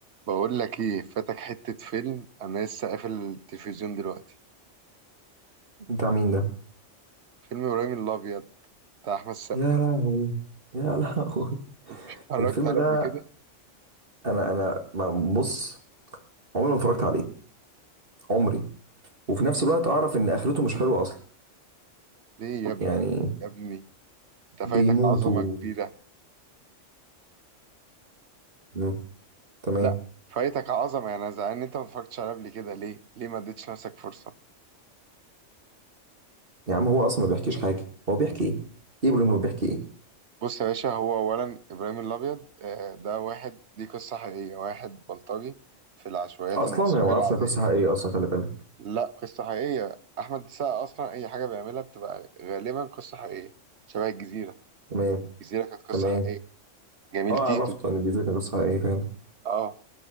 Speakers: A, on the right; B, on the right.
A: بقول لك ايه فاتك حتة فيلم انا لسه قافل التلفزيون دلوقتي
B: بتاع مين ده
A: فيلم ابراهيم الابيض بتاع احمد السقا
B: يا لهوي يا <laughs> لهوي
A: <laughs> اتفرجت
B: الفيلم
A: عليه
B: ده
A: قبل كده
B: انا انا ما- بص عمري ما اتفرجت عليه عمري وفي نفس الوقت اعرف ان اخرته مش حلوه اصلا
A: ليه يا ابني
B: يعني
A: يا ابني انت
B: بيموتوا
A: فايتك عظمة كبيرة
B: مم. تمام
A: لا فايتك عظمة يعني انا زعلان ان انت ما اتفرجتش عليه قبل كده ليه ليه ما اديتش نفسك فرصة
B: يا عم هو اصلا ما بيحكيش حاجه هو بيحكي ايه ايه بلوم لو بيحكي ايه
A: بص يا باشا هو اولا ابراهيم الابيض آه، ده واحد دي قصة حقيقية واحد بلطجي في العشوائيات
B: اصلا
A: المصرية
B: انا ما اعرفش
A: العادية
B: قصه حقيقيه اصلا خلي بالك
A: لا قصة حقيقية احمد السقا اصلا اي حاجة بيعملها بتبقى غالبا قصة حقيقية شبه الجزيرة
B: تمام
A: الجزيرة كانت قصة
B: تمام
A: حقيقية جميل
B: اه
A: تيتو
B: عرفت ان بيذاكر قصه حقيقيه فعلا
A: اه